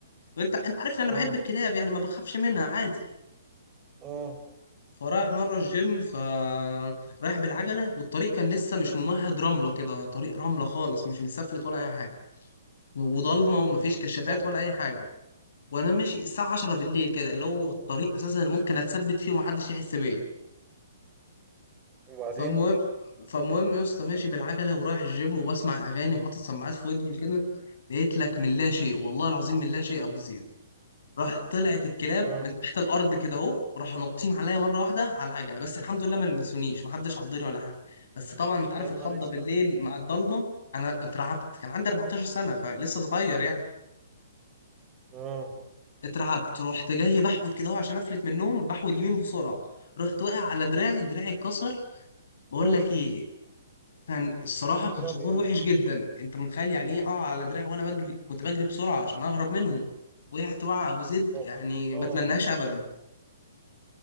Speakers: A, on the left (about 65°); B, on the right (about 25°).
A: وأنت أنت عارف إن
B: اه
A: أنا بحب الكلاب يعني ما بخافش منها عادي
B: اه
A: فرايح مرة الجيم ف رايح بالعجلة والطريق كان لسه مش ممهد رملة كده طريق رملة خالص مش متسفلت ولا أي حاجة وضلمه ومفيش كشافات
B: اه
A: ولا اي حاجه وانا ماشي الساعه 10 بالليل كده اللي هو الطريق اساسا اللي ممكن اتثبت فيه ومحدش يحس بيا
B: وبعدين
A: فالمهم فالمهم يا اسطى ماشي بالعجله ورايح الجيم وبسمع اغاني وحاطط سماعات في ودني وكده لقيت لك من لا شيء والله العظيم من لا شيء ابو زيد راح طلعت الكلاب
B: اه
A: من تحت الارض كده اهو وراحوا نطين عليا مره واحده على العجله بس الحمد لله ما لمسونيش محدش عضني ولا حاجه بس طبعا انت عارف
B: يا نهار
A: الخضه
B: اسود
A: بالليل مع الضلمه انا اترعبت كان عندي 14 سنه فلسه صغير يعني
B: اه
A: اترعبت رحت جاي بحود كده أهو عشان افلت من النوم بحود يمين بسرعه رحت واقع على دراعي دراعي اتكسر بقول
B: اوف
A: لك ايه كان الصراحه
B: يا نهار
A: كان شعور
B: ابيض
A: وحش جدا انت متخيل يعني ايه اه على دراعي وانا بجري كنت بجري بسرعه عشان اهرب منهم وقعت وقع ابو زيد
B: اه
A: يعني
B: اه
A: ما اتمناهاش ابدا